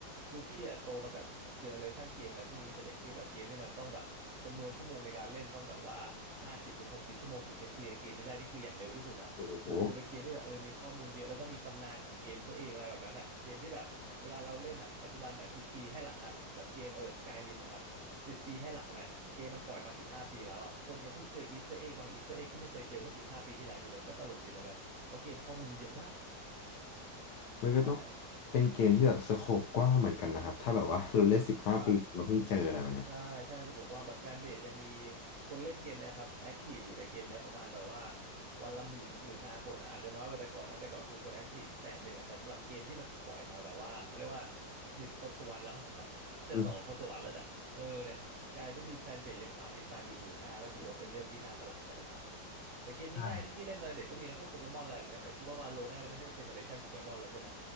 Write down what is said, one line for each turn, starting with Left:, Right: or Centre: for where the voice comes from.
Right: คือพี่อะโตมากับเจเนอเรชันเกมอะไรพวกนี้ตั้งแต่เด็กที่แบบเกมที่มันต้องแบบจำนวนชั่วโมงในการเล่นต้องแบบว่าห้าสิบถึงหกสิบชั่วโมงถึงจะเคลียร์เกมนี้ได้นี่คืออย่างเร็วที่สุดนะ
Left: โอ้โห
Right: คือเป็นเกมที่แบบเออมีข้อมูลเยอะแล้วก็มีตำนานของเกมเขาเองอะไรแบบนั้นอะเกมที่แบบเวลาเราเล่นอะปัจจุบันอะสิบปีให้หลังอะแบบเกมเออสกายริมครับสิบปีให้หลังเนี่ยเกมมันปล่อยมาสิบห้าปีแล้วอะคนยังเพิ่งเจออีสเตอร์เอ็กบางอีสเตอร์เอ็กที่ไม่เคยเจอเมื่อสิบห้าปีที่แล้วอยู่เลยก็ตลกดีเหมือนกันเพราะเกมข้อมูลมันเยอะมาก
Left: มันก็ต้อง
Right: ใช่
Left: เป็นเกมที่แบบสโคปกว้างเหมือนกันนะครับถ้าแบบว่า <laughs> เราเล่นสิบห้าปีเราเพิ่งเจออะไรแบบเนี้ย
Right: ครับ ใช่ใช่สะกบว่าแบบแฟนเบสยังมีคนเล่นเกมเนยครับแอคทีฟอยู่ในเกมเนี้ยประมาณแบบว่าวันละหมื่นถึงหมื่นห้าคนอะอาจจะน้อยกว่าแต่ก่อนนะแต่ก่อนคือคนแอคทีฟแสนหนึ่งอะแต่สำหรับเกมที่มันปล่อยมาแบบว่าเขาเรียกว่าหนึ่งทศวรรษแล้วอะ <laughs> จะสองทศวรรษแล้วเนี่ยเออเนี่ยการที่มีแฟนเบสยังตามติดตามอยู่หมื่นห้าก็ถือว่าเป็นเรื่องที่น่าประหลาดใจมากอะไรเงี้ยแต่เกมง่ายๆที่พี่เล่นตอนเด็กก็มีนะพวกโปเกมอนอะไรแบบเนี้ยแต่คิดว่าวาโลน่าจะไม่ใช่เจเนอเรชันโปเกมอนแล้วใช่ไหม
Left: อืมใช่